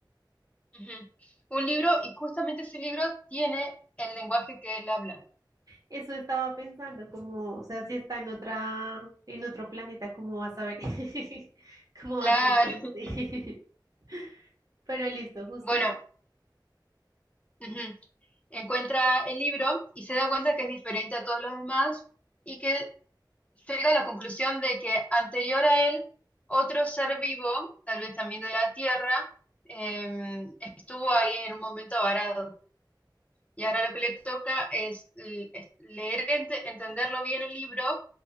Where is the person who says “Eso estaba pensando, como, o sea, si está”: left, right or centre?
Right